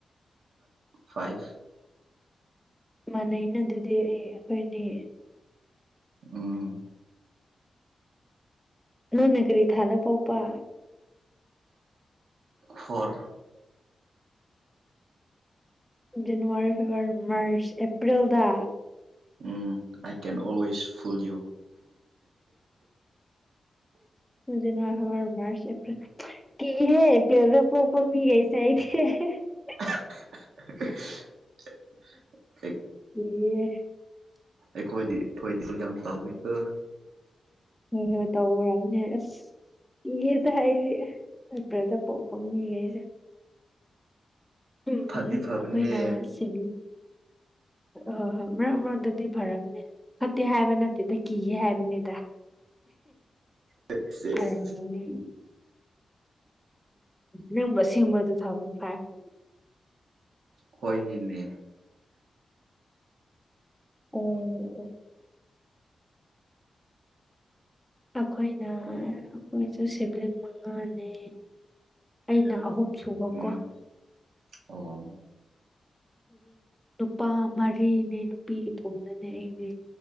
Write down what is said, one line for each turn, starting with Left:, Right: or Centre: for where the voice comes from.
Right: ꯐꯥꯏꯚ
Centre: ꯃꯅꯩꯅ ꯑꯗꯨꯗꯤ ꯑꯩ ꯑꯩꯈꯣꯏ ꯑꯅꯤ
Right: ꯎꯝ
Centre: ꯅꯪꯅ ꯀꯔꯤ ꯊꯥꯗ ꯄꯣꯄ
Right: ꯐꯣꯔ
Centre: ꯖꯅꯨꯋꯥꯔꯤ ꯐꯦꯕ꯭ꯔꯨꯋꯥꯔꯤ ꯃꯥꯔꯆ ꯑꯦꯄ꯭ꯔꯤꯜꯗ
Right: um I can always full you
Centre: ꯑꯅ ꯑꯚꯕꯔ ꯃꯥꯁ ꯑꯦꯄ꯭ꯔ <unintelligible> <unintelligible>
Right: <inaudible>
Centre: ꯍ
Right: ꯑꯩꯈꯣꯏꯗꯤ ꯊꯣꯏꯗꯤ ꯌꯥꯝ ꯇꯧꯅꯤꯀꯣ
Centre: ꯍꯣꯏ ꯍꯣꯏ ꯇꯧꯔꯝꯅꯦ ꯑꯁ ꯀꯤꯌꯦꯗ ꯑꯩꯗꯤ ꯗꯣꯛꯇꯔꯗ ꯄꯣꯛꯄ ꯃꯤꯒꯩꯁꯦ ꯎ
Right: ꯐꯗꯤ
Centre: ꯎ ꯑꯩꯈꯣꯏꯅ
Right: ꯐꯕꯅꯦ
Centre: ꯁꯤꯂꯤ ꯍꯣꯏ ꯍꯣꯏ ꯃꯔꯛ ꯃꯔꯛ ꯐꯔꯝꯅꯦ ꯐꯠꯇꯦ ꯍꯥꯏꯕ ꯅꯠꯇꯦꯗ ꯀꯤꯌꯦ ꯍꯥꯏꯕꯅꯤꯗ
Right: ꯁꯦꯁ
Centre: ꯐꯔꯝꯒꯅꯤ ꯅꯪꯕꯨ ꯑꯁꯦꯡꯕ ꯇꯨꯊꯥꯎꯖꯟ ꯐꯥꯢꯐ
Right: ꯍꯣꯢꯅꯤꯅꯦ
Centre: ꯑꯣ ꯑꯣ ꯑꯩꯈꯣꯏꯅ ꯑꯩꯈꯣꯏꯁꯨ ꯁꯤꯕꯤꯂꯤꯡ ꯃꯉꯥꯅꯦ ꯑꯩꯅ ꯑꯍꯨꯝ ꯁꯨꯕ
Right: ꯎꯝ
Centre: ꯀꯣ
Right: ꯑꯣ
Centre: ꯅꯨꯄꯥ ꯃꯔꯤꯅꯦ ꯅꯨꯄꯤꯇꯣꯝꯅꯅꯦ ꯑꯩꯗꯤ